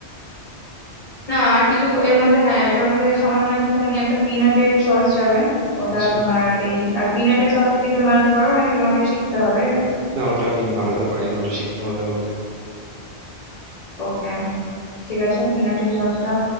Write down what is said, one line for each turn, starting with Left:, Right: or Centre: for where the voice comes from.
Left: না আর কিছু এর মধ্যে হ্যাঁ এটার মধ্যে সামান্য একটুখানি একটা পিনাটের সস যাবে ওটা
Right: আচ্ছা
Left: তোমার এই আর পিনাটের সসটা কি তুমি বানাতে পারো নাকি তোমাকে শিখতে হবে
Right: না ওটা আমি বানাতে পারি না ওটা শিখতে হবে আমাকে
Left: ওকে ঠিক আছে পিনাটের সসটা